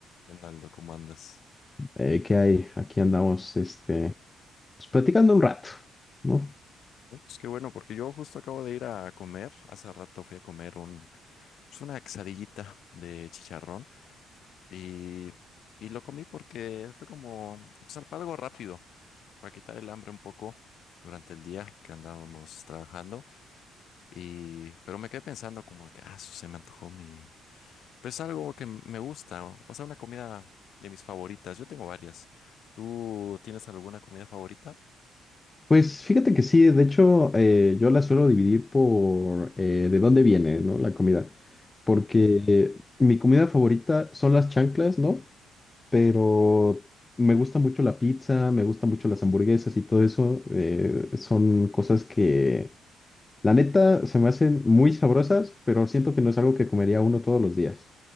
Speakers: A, on the left; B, on the left.
A: Leonardo, ¿cómo andas?
B: Eh, ¿qué hay? Aquí andamos, este, pues, platicando un rato, ¿no?
A: Es que bueno, porque yo justo acabo de ir a comer. Hace rato fui a comer un, pues una quesadillita de chicharrón y, y lo comí porque fue como pues, algo rápido para quitar el hambre un poco durante el día que andábamos trabajando. Y, pero me quedé pensando como que, ah, su, se me antojó mi... Pues algo que me gusta, o sea, una comida de mis favoritas. Yo tengo varias. ¿Tú tienes alguna comida favorita?
B: Pues fíjate que sí, de hecho, eh, yo la suelo dividir por eh, de dónde viene, ¿no? La comida. Porque eh, mi comida favorita son las chanclas, ¿no? Pero me gusta mucho la pizza, me gustan mucho las hamburguesas y todo eso. eh, son cosas que, la neta, se me hacen muy sabrosas, pero siento que no es algo que comería uno todos los días.